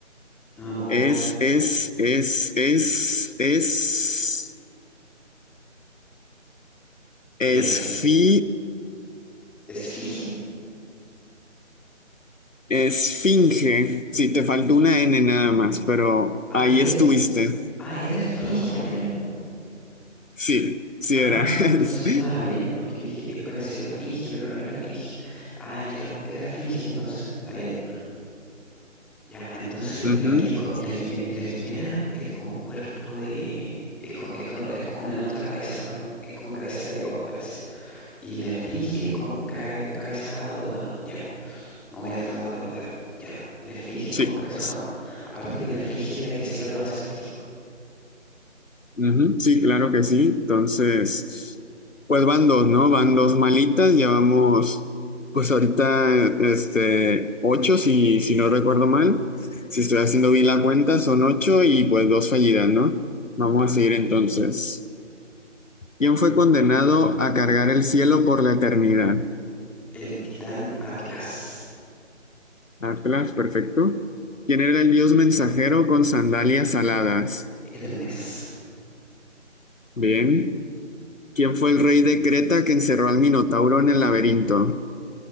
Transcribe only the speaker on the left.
Es,
es, es, es, es, esfi,
esfinge. Sí, te faltó una N nada más, pero
ahí
estuviste.
Sí, sí
era. <laughs>
Sí.
Ujú,
Sí,
ujú, Sí, claro que sí. Entonces, pues van dos, ¿no? Van dos malitas. Llevamos, pues ahorita, este, ocho, si, si no recuerdo mal. Si estoy haciendo bien la cuenta, son ocho y pues dos fallidas, ¿no? Vamos a seguir entonces. ¿Quién fue condenado a cargar el cielo por la eternidad?
Atlas, perfecto. ¿Quién era el dios mensajero con sandalias aladas?
Bien. ¿Quién fue el rey de Creta que encerró al Minotauro en el laberinto?